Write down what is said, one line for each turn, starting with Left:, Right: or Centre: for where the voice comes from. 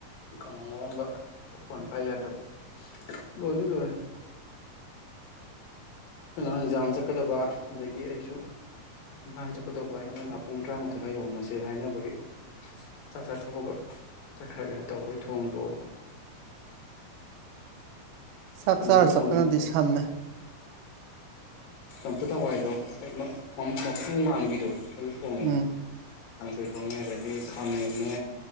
Left: ꯀꯥꯡꯉꯧ ꯉꯥꯎꯔꯝꯕ ꯐꯣꯟ ꯀꯥꯏ ꯌꯥꯗ꯭ꯔꯕ ꯂꯣꯏꯕ ꯂꯣꯏꯔꯦ ꯑꯩꯈꯩꯅ ꯑꯦꯟꯖꯥꯝ ꯆꯠꯀꯗꯕ ꯑꯗꯒꯤ ꯑꯩꯁꯨ ꯏꯝꯐꯥꯜ ꯆꯠꯀꯗꯧꯕ ꯑꯩꯣꯏ ꯑꯣꯏꯅ ꯄꯨꯡ ꯇꯔꯥꯃꯥꯊꯣꯏꯗ ꯌꯧꯅꯁꯦ ꯍꯥꯏꯅꯕꯒꯤ ꯆꯥꯛ ꯆꯥꯊꯣꯛꯑꯒ ꯆꯠꯈ꯭ꯔꯒꯦꯅ ꯇꯧꯕꯒꯤ ꯊꯣꯡꯗꯣꯑꯕ
Right: ꯆꯥꯛ
Left: ꯑꯗꯨꯅ
Right: ꯆꯥꯔ
Left: ꯊꯣꯉꯦ
Right: ꯆꯠꯄꯅꯗꯤ ꯁꯝꯃꯦ
Left: ꯎꯝꯝ ꯊꯋꯥꯏꯗꯣ ꯃꯨ ꯃꯥꯡꯈꯤꯗꯣ ꯑꯗꯨꯄꯣꯉ
Right: ꯎꯝ
Left: ꯀꯥꯡꯁꯣꯏ ꯊꯣꯡꯉꯦ ꯑꯗꯒꯤ ꯈꯥꯃꯦꯟꯦ